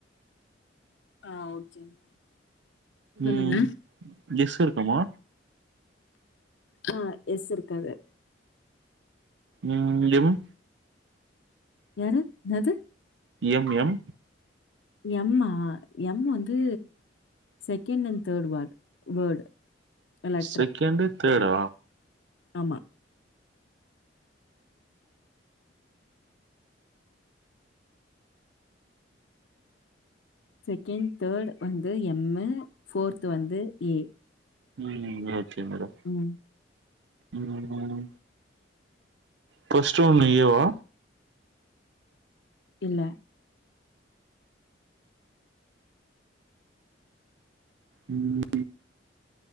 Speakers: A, on the left; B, on the right.
A: ஆ ஓகேங்க சொல்லுங்க
B: ம் எஸ் இருக்குமா
A: ஆ எஸ் இருக்காது
B: ம் எம்
A: யாரு என்னது
B: எம் எம்
A: எம்மா எம் வந்து second and third word word letter
B: second தேடா
A: ஆமா செகண்ட் தேர்ட் வந்து எம்மு ஃபோர்த் வந்து ஏ
B: ம் ஓகே மேடோ
A: ம்
B: ம் ம் ஃபஸ்ட்டு ஒன் ஏ வா
A: இல்ல
B: ம்